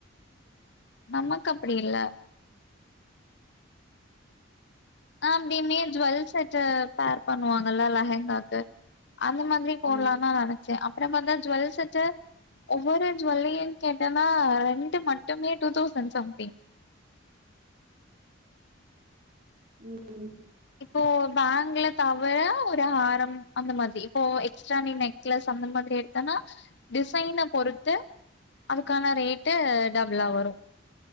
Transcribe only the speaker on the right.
ம்
ம் ம்